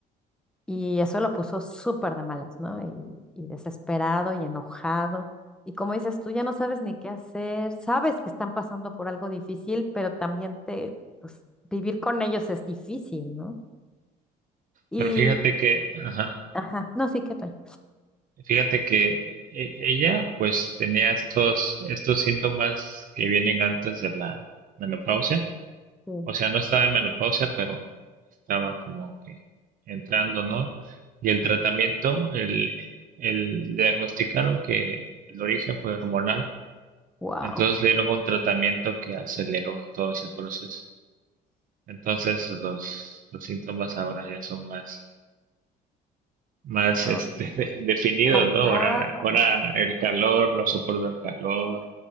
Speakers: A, in the centre; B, on the right.
A: Y eso lo puso súper de malas, ¿no? Y, y desesperado y enojado. Y como dices, tú ya no sabes ni qué hacer, sabes que están pasando por algo difícil, pero también te, pues, vivir con ellos es difícil, ¿no? Y,
B: Pero fíjate que, ajá,
A: ajá, no, sí, que estoy.
B: fíjate que e- ella pues tenía estos, estos síntomas que vienen antes de la menopausia.
A: Sí.
B: O sea, no estaba en menopausia, pero estaba como que entrando, ¿no? Y el tratamiento, el, el diagnosticaron que el origen fue hormonal.
A: Wow.
B: Entonces le dieron un tratamiento que aceleró todo ese proceso. Entonces los, los síntomas ahora ya son más, más
A: Ah,
B: este, <laughs> de- definidos,
A: Marcado.
B: ¿no? Ahora, ahora el calor, no soporto el calor.